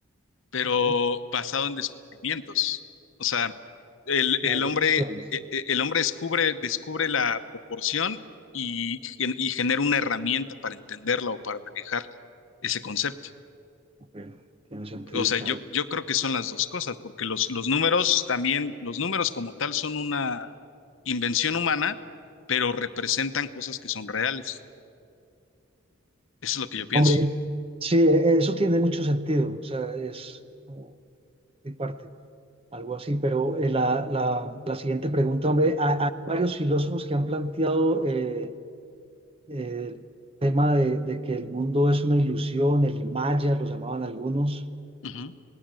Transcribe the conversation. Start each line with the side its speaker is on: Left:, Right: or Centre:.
Left: pero
Right: ¿Ok?
Left: basado en descubrimientos. O sea, el,
Right: Las
Left: el
Right: dos
Left: hombre,
Right: opciones.
Left: e- e- el hombre descubre, descubre la proporción y, y genera una herramienta para entenderla o para manejar ese concepto.
Right: Ok, Tiene sentido,
Left: O sea,
Right: claro.
Left: yo, yo creo que son las dos cosas, porque los, los números también, los números como tal son una invención humana, pero representan cosas que son reales. Eso es lo que yo pienso.
Right: Hombre, sí, e- eso tiene mucho sentido. O sea, es como de parte, algo así. Pero eh, la, la- la siguiente pregunta, hombre, ha- hay varios filósofos que han planteado... eh, eh, tema de, de que el mundo es una ilusión, el Maya lo llamaban algunos,
Left: Ujú,